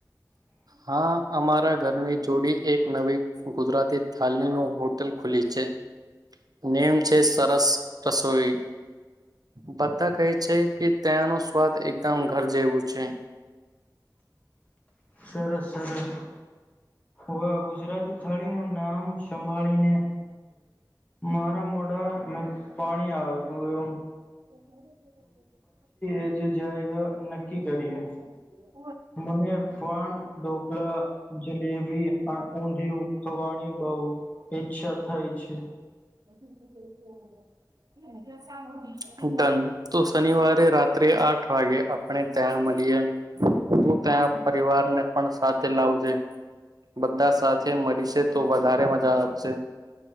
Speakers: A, on the right; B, on the left.
A: હા, અમારા ઘર. ની જોડી એક નવી ગુજરાતી થલી નો હોટલ ખુલી છે. નેમ છે. સરસ રસોઈ. બધા કહે છે. કે તયાનો સ્વાદ એકદમ ઘર જેવું છે.
B: સરસ-સરસ. હ ગુજરાતી થાળી નું નામ સંભાળીને મારા મોઢા મે પાણી આવે એ
A: <unintelligible>
B: એ જ જાયગા નક્કી કરીએ મને પણ ઢોકલા, જલેબી, ઊંધિયું ખવાની બહ ઈચ્છા થાય છે.
A: <unintelligible> ડન તો શનિવારે રાત્રે આઠ વાગે આપણે ત્યાં મળીએ તું ત્યાં પરિવારને પણ સાથે લાવજે બધા સાથે મળીશે તો વધારે મજા આવશે.